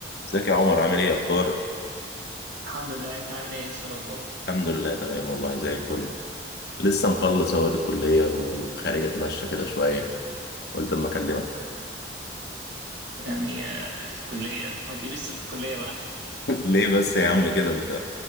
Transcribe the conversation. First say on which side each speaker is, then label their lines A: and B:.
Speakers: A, on the left (about 55°); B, on the right (about 75°).
A: ازيك يا عمر عامل ايه اخبارك
B: الحمد لله انت عامل ايه ايه الاخبار
A: الحمد لله تمام والله زي الفل لسه مخلص اهوت الكليه وخارج اتمشى كده شويه قلت اما اكلمك
B: يعني آه، الكليه ما تجيبليش سيره الكليه بقى
A: <laughs> ليه بس يا عم كده انت